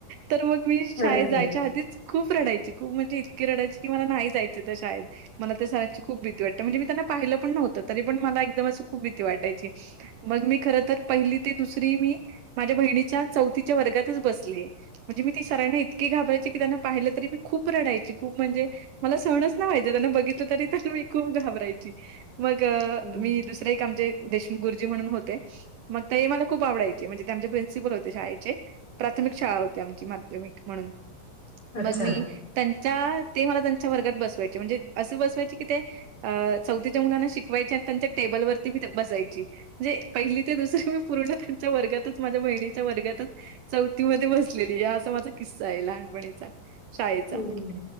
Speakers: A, on the right (about 75°); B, on the left (about 25°).
A: तर मग मी शाळेत
B: अगदीच
A: जायच्या आधीच खूप रडायची खूप म्हणजे इतकी रडायची, की मला नाही जायचं त्या शाळेत. मला त्या सरांची खूप भीती वाटते. म्हणजे मी त्यांना पाहिलं पण नव्हतं तरीपण मला एकदम अशी खूप भीती वाटायची. मग मी खर तर पहिली ते दुसरी मी माझ्या बहिणीच्या चौथीच्या वर्गातच बसलीय. म्हणजे मी त्या सरांना इतकी घाबरायची की, त्यांना पाहिलं तरी मी खूप रडायची. खूप म्हणजे मला सहणच नाही व्हायचं, त्यांना बघितलं तरी त्यांना मी खूप घाबरायची. मग
B: हम्म.
A: मी दुसरे एक आमचे देशमुख गुरुजी म्हणून होते मग ताई मला खूप आवडायचे म्हणजे ते आमचे प्रिन्सिपल होते शाळेचे. प्राथमिक शाळा होती आमची माध्यमिक म्हणून,
B: अच्छा
A: मग मी त्यां च्या ते मला त्यांच्या वर्गात बसवायचे म्हणजे असे बसवायचे की ते चौथीच्या मुलांना शिकवायच्या त्यांच्या टेबलवरती मी बसायची. म्हणजे पहिली ते दुसरी मी पूर्ण त्यांच्या वर्गातच माझ्या बहिणी वर्गातच चौथीमध्ये बसलेली. असा माझा किस्सा आहे लहानपणीचा. शाळेचा.
B: हम्म